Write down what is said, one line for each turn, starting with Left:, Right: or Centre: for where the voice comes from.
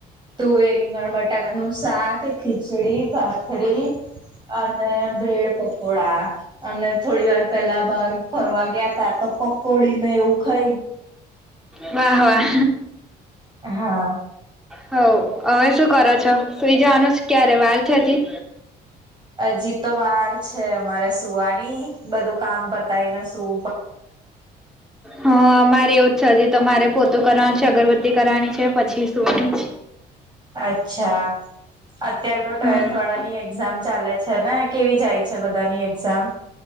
Right: તુવેર રીંગણ બટાકા નું શાક ખીચડી ભાત. રી અને બ્રેડ પકોડા અને થોડી વાર પેલા બાર ફરવા ગયા તા તો પકોડી ને એવું ખા
Centre: <inaudible> વાહ વાહ!
Right: હા.
Centre: હ હવે શું કરો છો સુઈ જવાનું ક્યારે વાર છે હજી?
Right: હજી તો વાર છે અમારે શું આ નઈ બધું કામ પતાય ને શું.
Centre: હા મારે એવું જ છે તો મારે પોતું કરવાનું છે. અગરબત્તી કરવાની છે પછી સોની
Right: અચ્છા અત્યારે તો ટ્વેલ્થ
Centre: હ
Right: વાળાની એક્ઝામ ચાલે છે ને કેવી જાય છે બધાની એક્ઝામ.